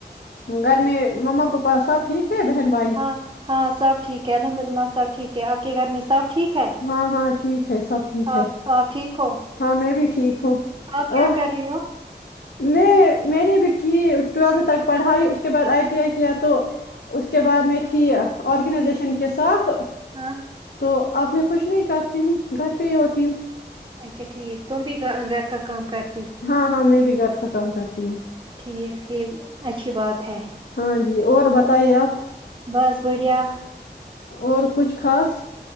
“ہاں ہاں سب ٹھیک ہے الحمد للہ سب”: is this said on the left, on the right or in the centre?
Right